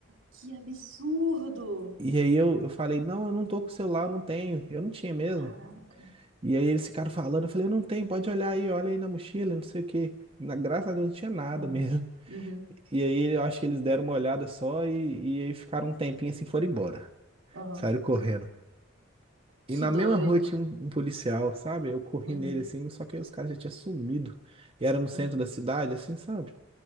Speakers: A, on the right; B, on the right.
A: que absurdo!
B: E aí eu, eu falei, não, eu não tô com o celular, eu não tenho. Eu não tinha mesmo.
A: Caraca.
B: E aí eles ficaram falando, eu falei, eu não tenho, pode olhar aí, olha aí na mochila, não sei o quê. Na, graças a Deus não tinha nada
A: Aham,
B: <laughs> mesmo.
A: uhum,
B: E aí eu acho que eles deram uma olhada só e, e aí ficaram um tempinho assim, foram embora.
A: aham.
B: Saíram correndo. E
A: Que
B: na
A: doido.
B: mesma rua tinha um, um policial, sabe? Eu corri
A: Uhum,
B: nele assim, só que aí os caras já tinham sumido. E era no centro
A: sim.
B: da cidade, assim, sabe?